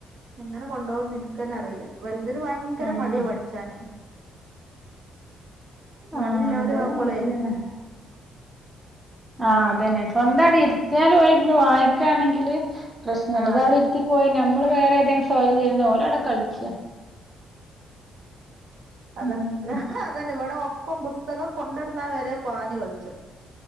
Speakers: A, on the right; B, on the right.
A: എങ്ങനെ കൊണ്ടുപോകുന്ന് എനിക്ക് തന്നെ അറിയില്ല വലുതിന് ഭയങ്കര
B: ആഹ്
A: മടിയാണ് പടിച്ചാന് മടി
B: ആഹ്
A: ഉള്ളോല്
B: അതെ
A: ആവുമ്പോളേ
B: അത് തന്നെ ആഹ് അതന്നെ സ്വന്തം അവിടെ ഇര്ത്തിയാൽ പോയിരുന്ന് വായിക്കുകയാണെങ്കില് പ്രശ്നംമല്ല
A: ആഹ്
B: ഇത് അവിടെ ഇര്ത്തി പോയി നമ്മള് വേറെ ഏതെങ്കിലും സ്വഅല് തിരഞ്ഞ ഓൽ അവിടെ കളിച്ചാ
A: അത്
B: ഉം
A: അതന്നെ ഇവിടെ ഒപ്പം പുസ്തകം കൊണ്ടടന്നാ വരെ പാഞ്ഞു കളിച്ചു